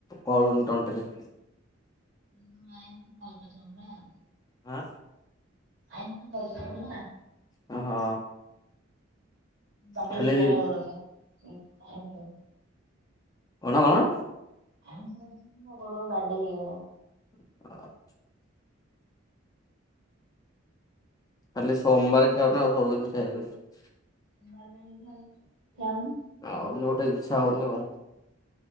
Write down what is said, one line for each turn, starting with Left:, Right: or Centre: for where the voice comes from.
Left: ଗଳୁନି ତଣ୍ଟିରେ।
Right: ହଁ ଆଇଁଷ ଖାଉଚ ସବୁ ନା?
Left: ଆଁ
Right: ଆଇଁଷ ଖାଉଚ ତାହେଲେ ନା।
Left: ହଁ।
Right: ବାଡେଇ
Left: ଖାଲି
Right: ହେଇଗଲା ଗୋଡଟା <unintelligible>
Left: କଣ କଣ?
Right: ଆଇଁଷ କଥା ଶୁଣି ମୁଁ ଗୋଡ଼ ବାଡେଇ ହେଇଗଲା।
Left: <inaudible> ଖାଲି ସୋମବାର ଖାଉନା, ଆଉ ସବଦିନ ଖାଇ <unintelligible>
Right: ସୋମବାରେ କାଇଁ ଖାଉଛ? ଖାଉନି
Left: ଖାଉନି ଗୋଟେ ଇଚ୍ଛା ହଉନି ଆଉ।